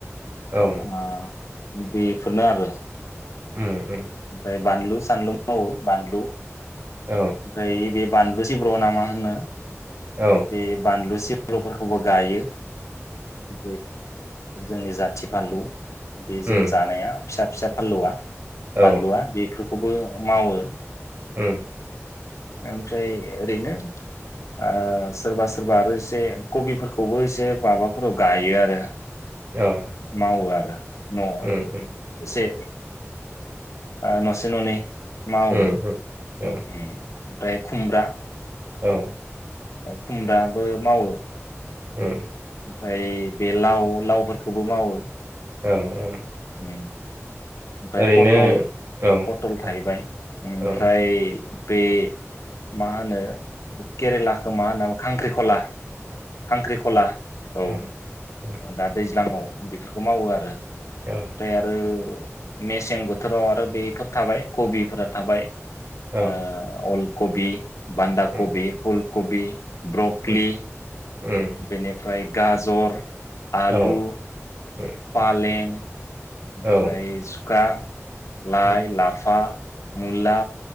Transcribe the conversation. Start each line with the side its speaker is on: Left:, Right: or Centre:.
Right: औ उम
Left: अ बेफोरनो आरो
Right: ओ ओ
Left: ओमफ्राय बानलु सानलु मावो बानलु
Right: औ
Left: ओमफ्राय बे बानलु सिब्र ना मा होनो
Right: औ
Left: बे बानलु सि आलुफोरखौबो गायो <unintelligible> जोंनि जाथि फानलु बे
Right: उम
Left: जों जानाया फिसा फिसा फाललुवा
Right: औ
Left: बानलआ बेफो खौबो मावो।
Right: उम।
Left: ओमफ्राय ओरैनो ओ सोरबा सोरबा आरो एसे कबिफोरखौबो एसे माबाफोराव गायो आरो।
Right: औ
Left: मावो आरो। नङा
Right: उम उम
Left: जे ओ नसे ननै मावो।
Right: उम उम औ।
Left: उम ओमफ्राय खुमब्रा
Right: औ।
Left: खुमब्राबो मावो
Right: उम।
Left: ओमफ्राय बे लाव लावफोरखौबो मावो
Right: औ औ।
Left: उम। ओमफ्राय
Right: ओरैनो
Left: पटल
Right: औ
Left: पटल थाहैबाय
Right: औ
Left: ओमफ्राय
Right: औ
Left: बे मा होनो केरेलाखौ मा होनो खांख्रिखला खांख्रिखला औ
Right: उम उम
Left: दा दै ज्लाङाव बेफोरखौ मावो आरो ओमफ्राय
Right: औ
Left: आरो मेसें बोथोराव आरो बेफोर थाबाय कबिफोरा थाबाय ओ
Right: औ
Left: अल कबि बान्धा
Right: उम
Left: कबि फुल कबि ब्रकलि
Right: उम उम
Left: बेनिफ्राय गाजर आलु
Right: औ उम
Left: फालें ओमफ्राय
Right: औ
Left: अखा लाइ
Right: उम
Left: लाफा मुला